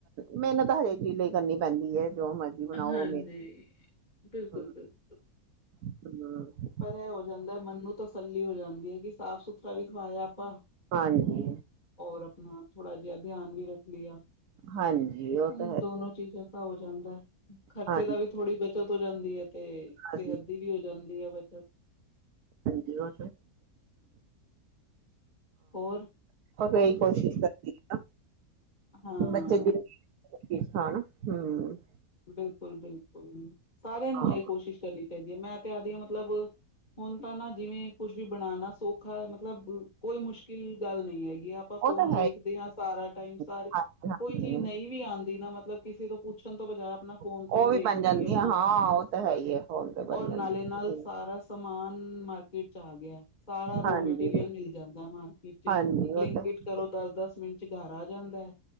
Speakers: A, on the right; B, on the left.
A: ਮਿਹਨਤ ਹਰੇਕ ਚੀਜ਼ ਲਈ ਕਰਨੀ ਪੈਂਦੀ ਹੈ ਜੋ ਮਰਜ਼ੀ ਬਣਾਓ
B: ਹਾਂਜੀ,
A: ਮੇ
B: ਬਿਲਕੁਲ
A: ਹੂੰ
B: ਬਿਲਕੁਲ।
A: ਹੂੰ।
B: ਪਰ ਇਹ ਹੋ ਜਾਂਦਾ ਮਨ ਨੂੰ ਤਸੱਲੀ ਹੋ ਜਾਂਦੀ ਹੈ ਕਿ ਸਾਫ਼ ਸੁਥਰਾ ਵੀ ਖਵਾਇਆ ਆਪਾਂ।
A: ਹਾਂਜੀ।
B: ਔਰ ਆਪਣਾ ਥੋੜਾ ਜਿਹਾ ਧਿਆਨ ਵੀ ਰੱਖ ਲਿਆ, ਹਾ
A: ਹਾਂਜੀ ਉਹ ਤਾਂ ਹੈ
B: ਦੋਨੋ ਚੀਜ਼ਾਂ ਹੋ ਜਾਂਦਾ ਖਰਚੇ
A: ਹਾਂਜੀ
B: ਦਾ ਵੀ ਥੋੜੀ ਬੱਚਤ ਹੋ ਜਾਂਦੀ ਹੈ ਤੇ
A: ਹਾਂਜੀ
B: ਸਿਹਤ ਦੀ ਵੀ ਹੋ ਜਾਂਦੀ ਹੈ ਹੂੰ।
A: <unintelligible> ਹਾਂ
B: ਹੋਰ
A: ਉਹੀ
B: ਹੋਰ ਤੁਸੀਂ
A: ਕੋਸ਼ਿਸ਼
B: ਕੀ-
A: ਕਰਦੀ ਆ,
B: ਹਾਂ
A: ਬੱਚੇ ਦੀ ਬੱਚੇ ਖਾਣ ਹੂੰ।
B: ਬਿਲਕੁਲ, ਬਿਲਕੁਲ, ਸਾਰਿਆਂ ਨੂੰ
A: ਹਾਂ
B: ਇਹ ਕੋਸ਼ਿਸ਼ ਕਰਨੀ ਚਾਹੀਦੀ ਹੈ ਮੈਂ ਤੇ ਆਦੀ ਹਾਂ ਮਤਲਬ ਹੁਣ ਤਾਂ ਨਾ ਜਿਵੇਂ ਕੁਝ ਵੀ ਬਣਾਣਾ ਸੌਖਾ ਹੈ ਮਤਲਬ ਕੋਈ ਮੁਸ਼ਕਿਲ ਗੱਲ ਨਹੀਂ ਹੈਗੀ ਅਪਾਂ ਫੋਨ
A: ਉਹ ਤਾਂ
B: ਵੇਖਦੇ
A: ਹੈ ਹੀ
B: ਆ ਸਾਰਾ ਟਾਈਮ ਸਾਰੀ,
A: ਹਾਂਜੀ ਹਾਂਜੀ
B: ਕੋਈ ਚੀਜ਼ ਨਈ ਵੀ ਆਂਦੀ ਨਾ ਮਤਲਬ ਕਿਸੇ ਤੋ ਪੁੱਛਨ ਤੋਂ ਬਜਾਏ ਅਪਨਾ ਫੋਨ
A: ਉਹ
B: ਤੇ ਵੀ ਵੇਖ
A: ਬਣ
B: ਲਈਏ
A: ਜਾਂਦੀ
B: ਅਪਨਾ,
A: ਆ ਹਾਂ ਉਹ ਤਾਂ
B: ਬਾੱਸ
A: ਹੈ ਹੀ ਹੈ ਫੋਨ ਤੇ ਬਣ
B: ਔਰ ਨਾਲੇ-ਨਾਲ
A: ਜਾਂਦੀ
B: ਸਾਰਾ ਸਮਾਨ ਮਾਰਕੀਟ ਚ ਆ ਗੇਐ, ਸਾਰਾ ਰੋ-ਮਟੀਰੀਅਲ
A: ਹਾਂਜੀ
B: ਮਿਲ ਜਾਂਦੈ ਮਾਰ ਵਿੱਚ
A: ਹਾਂਜੀ
B: ਬਲਿੰਕਟ
A: ਉਹ ਤਾਂ ਹੈ
B: ਕਰੋ
A: ਹੀ
B: ਦਸ-ਦਸ ਮਿੰਟ 'ਚ ਘਰ ਆ ਜਾਂਦਾ ਹੈ